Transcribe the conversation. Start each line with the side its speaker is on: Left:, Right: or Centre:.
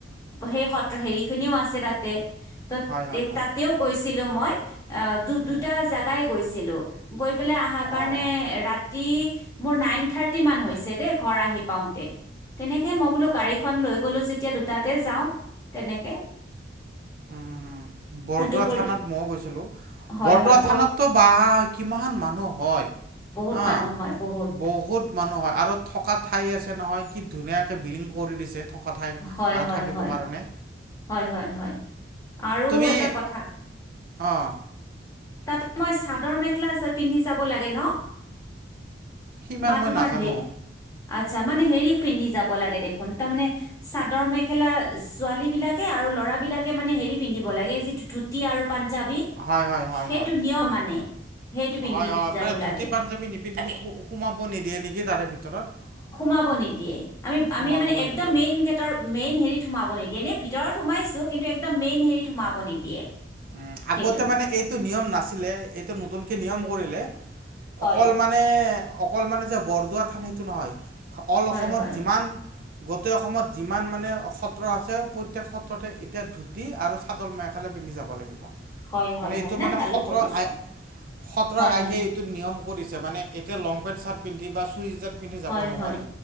Left: সেই সত্ৰ হেৰি খিনিও আছে তাতে। ত
Right: হয়, হয়, হয়,
Left: তাতেও গৈছিলো মই। অ দু দুটা
Right: উম,
Left: জোগাই গৈছিলো গৈ পেলাই অহাৰ কাৰণে
Right: অ',
Left: ৰা মোৰ নাইন থাৰ্টি মান হৈছে দেই ঘৰ আহি পাওঁতে তেনে এই মই বোলো গাড়ীখন লৈ গ'লো যেতিয়া দুটাতে যাওঁ তেনেকে।
Right: উ বৰদোৱা
Left: দুপৰী
Right: থানত মই গৈছিলো
Left: হয়
Right: বৰদোৱা
Left: হয়
Right: থানতটো বাঃ কিমান মানুহ হয়।
Left: বহুত
Right: হা
Left: মানুহ হয় বহুত
Right: বহুত মানুহ হয় আৰু থকা ঠাই আছে নহয় কি ধুনীয়াকে বিলিং কৰি দিছে। ঠাই
Left: হয়
Right: মানুহ
Left: হয়
Right: থাকিবৰ
Left: হয়
Right: কাৰণে
Left: হয় হয়। আৰু
Right: তুমি
Left: এটা কথা
Right: অ',
Left: তাতে মই চাদৰ মেখেলা পিন্ধি যাব লাগে ন।
Right: সিমান
Left: বা
Right: মই
Left: তোমাৰ
Right: নাজানো।
Left: হে আচ্ছা, মানে হেৰি পিন্ধি যাব লাগে দেখোন তাৰমানে চাদৰ মেখেলা ছোৱালী বিলাকে আৰু ল'ৰাবিলাকে মানে হেৰি পিন্ধিব লাগে যিটো ধুতি আৰু পাঞ্জাৱী,
Right: হয়, হয়, হয়,
Left: সেইটো
Right: হয়।
Left: নিয়ম মানে। সেইটো পিন্ধি
Right: হয়, হয়,
Left: যাব
Right: মানে ধুতি
Left: লাগে
Right: পাঞ্জাবী নিপিন্ধ সোমাব নিদিয়ে নেকি তাৰে ভিতৰত?
Left: মাব নিদিয়ে আম-আমি
Right: সোমাব
Left: মানে একদম
Right: নিদিয়ে
Left: মেইন গেটৰ মেইন হেৰিৰ সোমাব নিদিয়ে নে ভিতৰত সোমাইছো কিন্তু একদম মেইন হেৰিত সোমাব নিদিয়ে।
Right: উম, আগতে
Left: সেইটো
Right: মানে এইটো নিয়ম নাছিলে এইটো নতুনকে নিয়ম কৰিলে।
Left: হয়
Right: অকল মানে অকল মানে যে বৰদোৱা থান সেইটো নহয়। অ'ল
Left: হয়
Right: অসমত
Left: হয়
Right: যিমান গোটেই অসমত যিমান মানে সত্ৰ আছে প্ৰত্যেক সত্ৰতে এতিয়া ধুতি আৰু চাদৰ মেখালা পিন্ধি যাব। ব লাগিব।
Left: হয় হয়
Right: মানে
Left: হয়
Right: এইটো
Left: না
Right: মানে
Left: ভালো
Right: সত্ৰৰ
Left: কৰিছে
Right: আ সত্ৰ
Left: হয়
Right: আগে
Left: হয়
Right: এইটো নিয়ম কৰিছে মানে এতিয়া লং পেণ্ট চাৰ্ট পিন্ধি বা চুৰিদাৰ পিন্ধি যাব
Left: হয়,
Right: নোৱাৰি
Left: হয়,